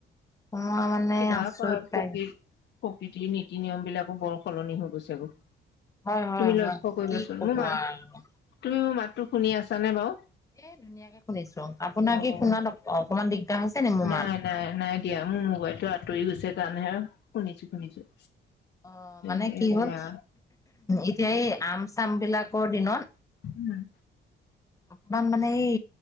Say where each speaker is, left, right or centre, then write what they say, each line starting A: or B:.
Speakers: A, on the left (about 15°); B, on the left (about 60°).
A: মই মানে
B: কিবা
A: আচৰিত
B: প্ৰকৃ
A: পাই
B: প্ৰকৃতিৰ নীতি নিয়ম বিলাকো বৰ সলনি হৈ গৈছে অ। তুমি
A: হয় হয় হয়
B: লক্ষ্য কৰিবাচোন
A: কি কব
B: মোৰ মা
A: আৰু
B: তুমি মোৰ মাতটো শুনি আছা নে বাও।
A: এ ধুনীয়াকে শুনিছো আপোনাৰ
B: অ',
A: কি শুনাত অকমান দিগদাৰ হৈছে নি মোৰ
B: নাই
A: মাত।
B: নাই নাই দিয়া মোৰ মোবাইলটো আঁতৰি গৈছে কাৰণে শুনিছো শুনিছো।
A: অ মানে
B: সেয়া
A: কি হ'ল? এতিয়া এই আম চাম বিলাকৰ দিনত
B: হোম
A: অকমান মানে এই